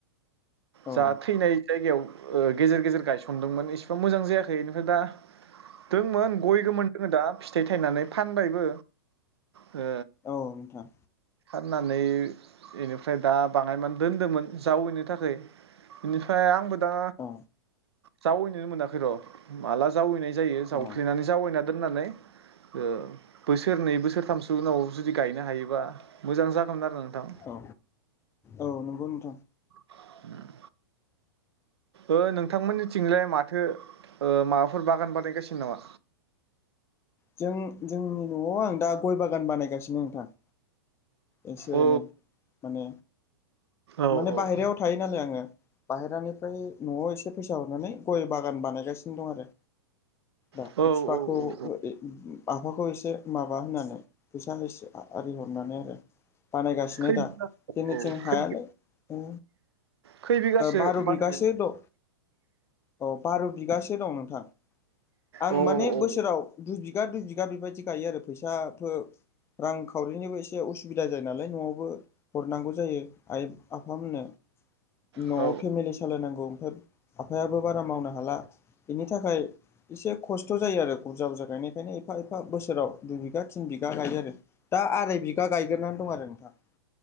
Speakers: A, on the left; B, on the right.
A: औ
B: जा थैनाय जायगायाव ओ गेजेर गेजेर गायसनदोंमोन इसिबां मोजां जायाखै इनिफाय दा दोंमोन गय गोमोन जोङो दा फिथाइ थायनानै फानबायबो हो
A: औ नोंथां
B: फाननानै बेनिफ्राय दा बाङायनानै दोन्दोंमोन जावैनो थाखाय इनिफ्राय आंबो दा
A: औ
B: जावैनोनो मोनाखै र' माला जावैनाय जायो जावफ्लेनानै
A: अ
B: जावैना दोननानै। ओ बोसोरनै बोसोरथामसो उनाव जुदि गायनो हायोबा मोजां जागोमोन आरो। नोंथां
A: अ औ नोंगौ नोंथां।
B: होम ओ नोंथांमोननिथिंजाय माथो ओ माबाफोर बागान बानायगासिनो नामा?
A: जों जोंनि नआव आं दा गय बागान बानायगासिनो नोंथां। एसे
B: औ
A: एनै माने
B: औ
A: माने
B: औ
A: बाहेरायाव
B: औ
A: थायो नालाय आङो। बाहेरानिफ्राय नआव एसे फैसा हरनानै गय बागान बानायगासिनो दं आरो दा
B: औ
A: बिफाखौ
B: औ औ
A: <inaudible> आफाखौ एसे माबा होनानै फैसा एसे आरि हरनानै आरो। बानायगासिनो
B: खै
A: दा
B: बिगा औ
A: जोंनिथिं हायालै
B: खै
A: ओ
B: खै बिगासो
A: बार
B: बानायगोन
A: बिगासो द अ बार बिग बिगासो दं नोंथां आं
B: अ औ
A: माने बोसोराव दुर बि बिगा दूय बिगा बेबायदि गायो आरो फैसा फो रां खावरिनिबो इसे उसु सुबिदा जायो नालाय नआवबो। हरनांगौ जायो आइ आफामोननो नआव
B: औ
A: फेमिलि सालायनांगौ। ओ आफायाबो बारा मावनो हाला बेनि थाखाय। एसे खस्थ जायो आरो बुरजा बुरजा गायनायखायनो एफा एफा बोसोराव दुइ बिगा थिन बिगा गायो आरो दा। दा आराय बिगा गायग्रोनानै दं आरो नोंथां।